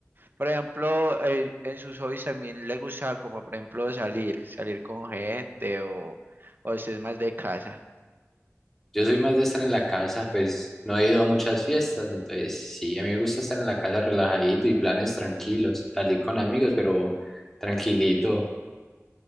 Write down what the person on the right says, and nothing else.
Por ejemplo, eh, en sus hobbies también le gusta como por ejemplo salir, salir con gente o, o usted es más de casa.